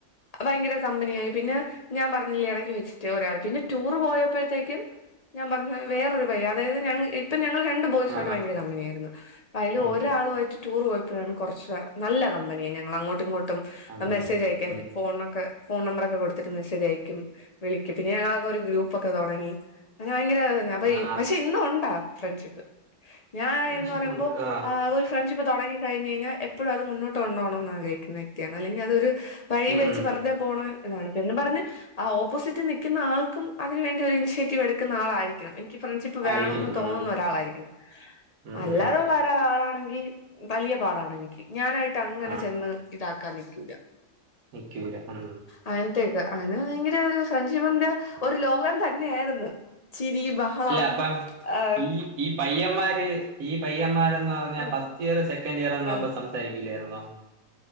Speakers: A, on the left (about 30°); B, on the right (about 70°).
A: ഭയങ്കര കമ്പനിയായി പിന്നെ ഞാൻ പറഞ്ഞില്ലേ ഇടക്ക് വെച്ചിട്ട് ഒരാൾ പിന്നെ ടൂർ പോയപ്പോഴത്തേക്കും ഞാൻ പറഞ്ഞ വേറൊരു പൈയൻ അതായത് ഞങ്ങൾ അപ്പ ഞങ്ങള് രണ്ട് ബോയ്സുവായിട്ട്
B: ആഹ്
A: ഭയങ്കര
B: ആഹ്
A: കമ്പനിയായിരുന്നു അപ്പ അയ്യ്ല്
B: ഉം
A: ഒരാളുമായിട്ട്
B: ഉം
A: ടൂറ് പോയപ്പോഴാണ് കൊറച്ച് നല്ല കമ്പനിയായി ഞങ്ങള് അങ്ങോട്ടും ഇങ്ങോട്ടും
B: അമ്മ
A: മെസ്സേജ് അയക്കാരുന്നു
B: ഉം
A: ഫോണൊക്കെ ഫോൺ നമ്പറൊക്കെ കൊടുത്തിട്ട് മെസ്സേജ് അയക്കും വിളിക്കും പിന്നെ ഞങ്ങളൊക്കെ ഒരു ഗ്രൂപ്പ് ഒക്കെ തുടങ്ങി അങ്ങന ഭയങ്കര അപ്പ
B: ആഹ് ആഹ്
A: പക്ഷെ ഇന്നും ഉണ്ടാ ഫ്രണ്ട്ഷിപ്പ് ഞാൻ
B: ഫ്രണ്ട്ഷിപ്പ്
A: എന്ന് പറയുമ്പോ
B: ഉണ്ട് ആഹ്
A: ആ ഒരു ഫ്രണ്ട്ഷിപ്പ് തുടങ്ങി കഴിഞ്ഴിഞ്ഞാൽ എപ്പോഴും അ മോട്ടുണ്ടോണംന്ന് ആഗ്രഹിക്കുന്ന വക്തിയാണ് അല്ലെങ്കിൽ അത് ഒരു വഴിൽ
B: ഉം
A: വെച്ച്
B: ഉം
A: വെറുതെ പോണ് അതാണ് എന്നും പറഞ്ഞ് ആ ഓപ്പോസിറ്റ് നിൽക്കുന്ന ആൾക്കും അതിന് വേണ്ടി ഒരു ഇനിഷ്യേറ്റീവ് എടുക്കുന്ന ആളായിരിക്കണംന്ന് എനിക് ഫ്രണ്ട്ഷിപ്പ്
B: ആയിരിക്കണം
A: വേണംന്ന്
B: ഉം
A: തോന്നുന്ന ഒരാളായിരിക്കും
B: ഉം
A: അല്ലാതെള്ള
B: ഉം ഉം
A: ഒരാളാണെങ്കിൽ വലിയ പാടാണ് എനിക്ക് ഞാനായിട്ട് അങ്ങനെ
B: ആഹ്
A: ചെന്ന്
B: ഉം
A: ഇതാക്കാൻ നിൽക്കില്ല
B: നിക്കൂല ആം
A: അങ്ങനത്തേക്ക് അങ്ങന ഭയങ്കര ഒരു പ്രൻഷിപ്ന്റെ ഒരു ലോകം തന്നെയായിരുന്നു ചിരി ബഹളം
B: അല്ല അപ്പം
A: ആഹ് ഉം
B: ഈ ഈ പയ്യന്മാര് ഈ പയ്യന്മാരന്ന് പറഞ്ഞാ
A: ആഹ്
B: ഫസ്റ്റ് ഇയർ സെക്കൻഡ് ഇയർ ഒന്നും
A: ആഹ്
B: അപ്പം സംസാരിക്കില്ലായിരുന്നോ?